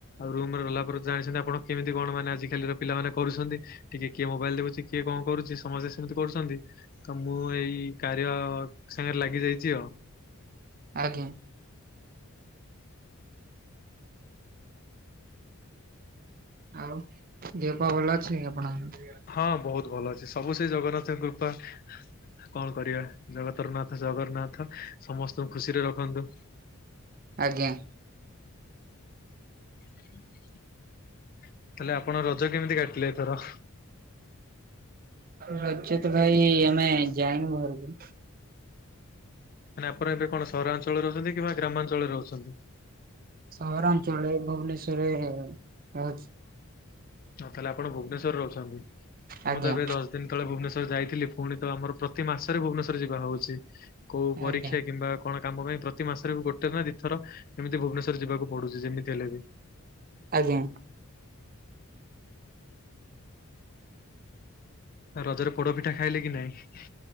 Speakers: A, on the left; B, on the right.
A: ଆଉ ରୁମ୍ ରେ ରହିଲା ପରେ ଜାଣିଛନ୍ତି ଆପଣ କେମିତି କଣ ମାନେ ଆଜିକାଲି ର ପିଲାମାନେ କରୁଛନ୍ତି। ଟିକେ କିଏ ମୋବାଇଲ ଦେଖୁଛି କିଏ କଣ କରୁଚି ସମସ୍ତେ ସେମିତି କରୁଛନ୍ତି। ତ ମୁଁ ଏଇ କାରିଆ ସାଙ୍ଗରେ ଲାଗି ଯାଇଛି ଆଉ।
B: ଆଜ୍ଞା ଆଉ ଦେହ ପା ଭଲଅଛି ଆପଣଙ୍କର।
A: ହଁ ବହୁତ ଭଲ ଅଛି ସବୁ ସେ ଜଗନ୍ନାଥଙ୍କ କୃପା। କଣ କରିବା ଜଗତର ନାଥ ଜଗନ୍ନାଥ ସମସ୍ତଙ୍କୁ ଖୁସିରେ ରଖନ୍ତୁ।
B: ଆଜ୍ଞା!
A: ତାହାଲେ ଆପଣ ରଜ କେମିତି କାଟିଲେ ଏଥର?
B: ରଜ ତ ଭାଇ ଆମେ ଯାଇନୁବାହାରକୁ।
A: ନା ଆପଣ ଏବେ କଣ ସହରାଞ୍ଚଳରେ ରହୁଛନ୍ତି କିମ୍ବା ଗ୍ରାମାଞ୍ଚଳରେ ରହୁଛନ୍ତି।
B: ସହରାଞ୍ଚଳରେ ଭୁବନେଶ୍ଵରରେ ରହଉଚି।
A: ହଁ ତାହେଲେ ଆପଣ ଭୁବନେଶ୍ୱରରେ ରହୁଛନ୍ତିମୁଁ
B: ଆଜ୍ଞା
A: ତ ଏବେ ଦଶ, ତିନି ଦିନି ତ ଳେ ଭୁବନେଶ୍ଵର ଯାଇଥିଲି ପୁଣି ତ ଆମର ପ୍ରତି ମାସ ରେ ଭୁବନେଶ୍ୱର ଯିବାର ହଉଛି। କଉ ପରୀକ୍ଷା
B: ଆଜ୍ଞା
A: କିମ୍ବା, କଣ କାମ ପାଇଁ ପ୍ରତି ମାସରେ ବି ଗୋଟେ ନା ଦିଥର ଏମିତି ଭୁବନେଶ୍ଵର ଯିବାକୁ ପଡୁଛି ଯେମିତି ହେଲେ ବି।
B: ଆଜ୍ଞା।
A: ରଜରେ ପୋଡପିଠା ଖାଇଲେ କି ନାଇଁ